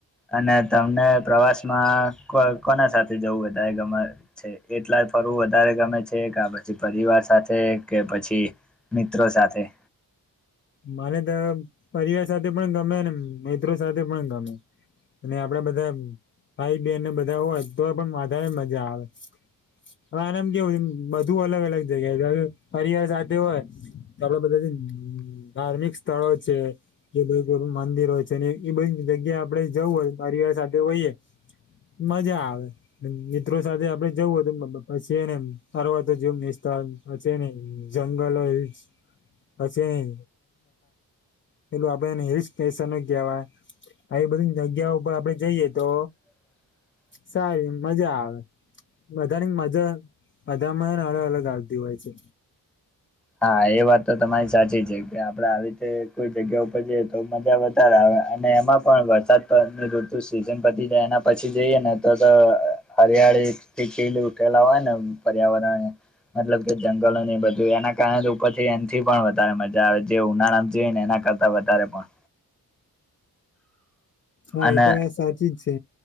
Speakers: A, in the centre; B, on the left.
A: અને તમને પ્રવાસ માં કો કોના સાથે જવું ગમે? છે એકલા ફરવું વધારે ગમે છે કે પછી પરિવાર સાથે કે પછી મિત્રો સાથે?
B: મને તો પરિવાર સાથે પણ ગમે ને મિત્રો સાથે પણ ગમે. અને આપડા બધા ભાઈ બેન બધા હોય તો પણ વધારે મજા આવે. હવે આનેમ કેવું બધું અલગ અલગ જગ્યા પરિવાર સાથે હોય. તો આપડે બધાથી ધાર્મિક સ્થળો છે. જે બું મંદિર હોય છે એ બધી જગ્યા આપડે જવું હોય પરિવાર સાથે હોઈએ. મજા આવે. મિત્રો સાથે આપડે જવું હતું પછી ને ફરવા તો જો <unintelligible> જંગલો હ પછી પેલું આપડે એને હિલ સ્ટેશનો કહેવાય આવી બધી જગ્યા ઉપર આપડે જઈએ તો
A: <inaudible>
B: સારી મજા આવે. બધાની મજા બધામાં અલગ અલગ આવતી હોય છે.
A: હા એ વાત તો તમારી સાચી છે કે આપડે આવી રીતે કોઈ જગ્યા ઉપર જઈએ તો મજા વધારે આવે અને એમાં પણ વરસાદની ઋતુ સિઝન પતી જાય એના પછી જઈએ ને તો તો હરિયાળીથીલી ઉઠેલા હોય ને પર્યાવરણ મતલબ કે જંગલો ને બધું એના કારણે ઉપર છે એથી પણ વધારે મજા આવે જે ઉનાળા આતી હોય ને એના કરતા વધારે પણ
B: હા
A: અને
B: એ તો વાત સાચી જ છે.